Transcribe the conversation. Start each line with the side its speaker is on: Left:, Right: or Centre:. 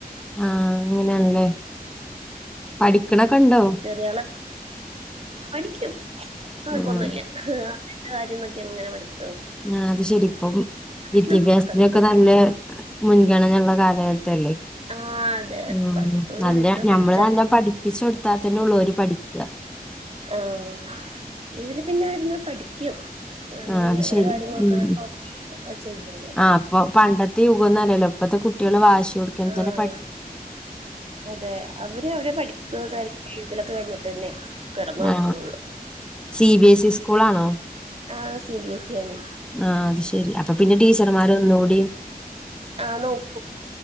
Centre: ആഹ, അങ്ങനെയാണ്ല്ലേ പഠിക്കണൊക്കെ ഉണ്ടോ?
Right: ചെറിയാള് പഠിക്കും കുഴപ്പൊന്നുല്ല.
Centre: ഉം
Right: അ കാര്യം നോക്കി അങ്ങന പഠിക്കും.
Centre: ആ, അത് ശരിപ്പം
Right: ഇപ്പഴാ
Centre: വിദ്യാഭ്യാസത്തിനൊക്കെ
Right: നോക്കണ്ടത്
Centre: നല്ല. മുൻഗണനയുള്ള കാലഘട്ടല്ലേ?
Right: ആ, അതെ.
Centre: ഉം.
Right: പഠിപ്പ്
Centre: നല്ല
Right: ഇപ്പ
Centre: ഞമ്മള്
Right: പഠിച്ചാല്
Centre: നല്ല പഠിപ്പിചൊടുത്താൽ തന്നെ ഉള്ളൂ ഓല് പഠിക്ക.
Right: ആഹ, ഇവര് പിന്നൊയിരുന്നു പഠിക്കും. വന്ന്
Centre: ആഹ്
Right: കഴിഞ്
Centre: അത്
Right: അവരെ
Centre: ശരി
Right: കാര്യങ്ങളൊക്കെ
Centre: ഉം
Right: ഒക്കെ ചെയ്തുള്ളു.
Centre: ആ അപ്പൊ പണ്ടത്തെ യുഗംന്നല്ലല്ലോ ഇപ്പഴത്തെ കുട്ട്യേള് വാശി കൊടുക്കണ
Right: ആഹ് അതെ അവര് അവരെ പഠിക്കുന്ന കാര്യ ഇതിലൊക്കെ കഴിഞ്ഞിട്ട് തന്നെ. കെടന്നൊറങ്ങുണുള്ളൂ.
Centre: ആ സി. ബി. എസ്. സി സ്കൂളാണോ?
Right: ആ, സി. ബി. എസ്. സി ആണ്.
Centre: ആ അത് ശെരി അപ്പ പിന്നെ ടീച്ചർമാർ ഒന്നുംകൂഡി
Right: ആഹ, നോക്കൂ